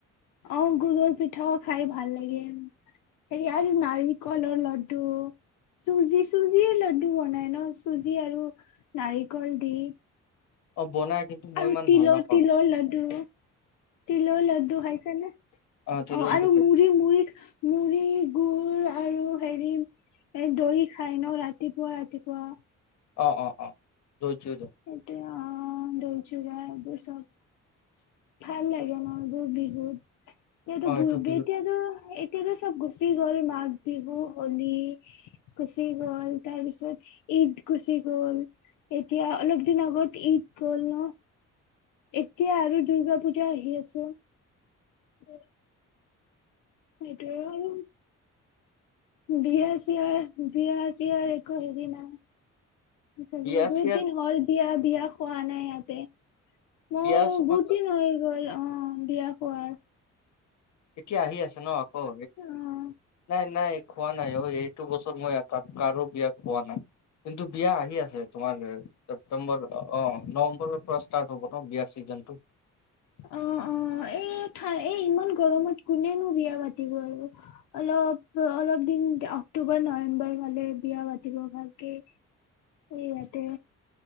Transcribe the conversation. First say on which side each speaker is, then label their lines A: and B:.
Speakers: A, on the left; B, on the left.
A: অ গুৰুৰ পিঠাও খাই ভাল লাগে হেৰি আৰু নাৰিকলৰ লাড্ডু, চুজি চুজিৰ লাড্ডু বনাই ন চুজি আৰু নাৰিকল দি।
B: অ বনাই। কিন্তু মই
A: আৰু
B: ইমান
A: তিলৰ
B: ভাল নাপাওঁ
A: তিলৰ লাডু তিলৰ লাডু খাইছে নে?
B: তিলৰ
A: অ
B: লাডু
A: আৰু
B: খাইছো
A: মুড়ি মুড়ি মুড়ি গুুৰ আৰু হেৰি এ দৰি খাই ন ৰাতিপুৱা ৰাতিপুৱা?
B: অ অ অ গৈজু
A: এইটোয়ে অহ, দৌচু এইবোৰ চব ভাল লাগে মোৰ এইবোৰ বিহুত। এতিয়াটো
B: অ',
A: ভূলবে
B: এইটো বিহুত
A: এতিয়াটো এ এতি যে চব গুচি গ'ল মাঘ বিহু অ'লি গুচি গ'ল তাৰ পিছত ঈদ গুচি গ'ল এতিয়া অলপ দিন আগত ঈদ গল ন এতিয়া আৰু দুূৰ্গা পূজা আহি আছে উম সেইটো আৰু বিয়া চিয়াৰ বিয়া চিয়াৰ একো হেৰি নাই
B: বিয়া
A: বহুত
B: চিয়াৰ
A: দিন হ'ল বিয়া বিয়া খোৱা নাই ই তে মই
B: বিয়াৰ সময়ত
A: বহুত দিন হৈ গল অ বিয়া পোৱাৰ
B: এতিয়া আহি আছে ন আকৌ
A: অ
B: নাই নাই খোৱা নাই অ এইটো বছৰ মই এপাক কাৰো বিয়া খোৱা নাই কিন্তু বিয়া আহি আছে তোমাৰ ছেপটেম্বৰ অ নৱেম্বৰৰ পৰা ষ্টাৰ্ট হব ন বিয়াৰ চিজনটো
A: অ অ এই এই ইমান গৰমত কোনেনো বিয়া পাতিব আৰু অলপ অলপ দিন অক্টোবৰ নৱেম্বৰ ভালেই বিয়া পাতিব ভালকে অ ইয়াতে